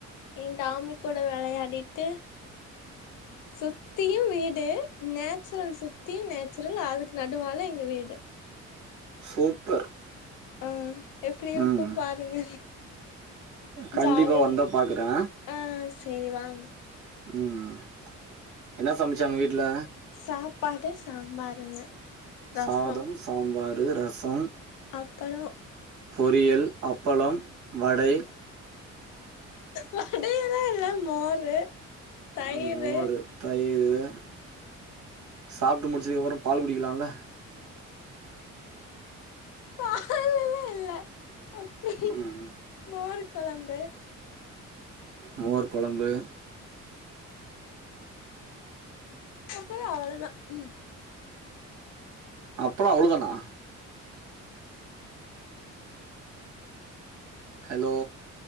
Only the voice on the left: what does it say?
ஏ டாமி கூட வெளையாடிட்டு சுத்தியு வீடு நேச்சுரல் சுத்தியு நேச்சுரல் அதுக்கு நடுவால எங்க வீடு
ஆ எப்டி இருக்கும்
பாருங்க
ஜாலி
ஆ சேரி வாங்க
சாப்பாடு சாம்பாருங்க ரசோ
அப்பளொ
வடையல்லா இல்ல மோரு தயிரு
பாலெல்லா இல்ல அப்றம்
மோறு கொழம்பு
அப்பறொ அவள தா ம்